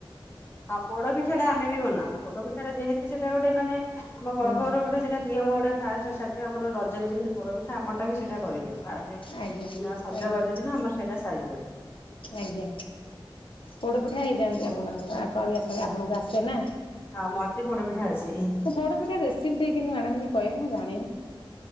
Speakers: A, on the left; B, on the left.
A: ହଁ ପୋଡ ପିଠାଟା ଆମେ ବି ବନାଉ, ପୋଡ ପିଠାଟା ଯେହେତୁ ସେଇଟା ଗୋଟେ ମାନେ ଆମ ପର୍ବର
B: ହଁ
A: ଗୋଟେ ସେଟା ନିୟମ ଗୁଟା ଫାଷ୍ଟ ଷ୍ଟାଟିଙ୍ଗ ଆମର ରଜରେ ଯେମିତି ପୋଡ଼ ପିଠା, ଆମଟା ବି ସେଇଟା କରିଦିଉ। ଫାଷ୍ଟ
B: ଆଜ୍ଞା
A: ଦିନ ସଜବାଜ
B: ଆଜ୍ଞା
A: ଦିନ ଆମର ସେଇଟା ସାରି ଦିଉ।
B: ଆଜ୍ଞା ପୋଡ ପିଠା ହେଇଯାନ୍ତି
A: ହଁ
B: ଆପଣଙ୍କର ୟାଙ୍କ ୟେ ଆସିବେ ଆପଣଙ୍କ ଆସେ ନା।
A: ହାଁ ମତେ ପୋଡ଼ ପିଠା ଆସେ।
B: ପୋଡ଼ପିଠା ରେସିପି ଟା କେମିତି ଟିକେ ଆଣନ୍ତେ କହିବେ ମୁଁ ଜାଣିନି।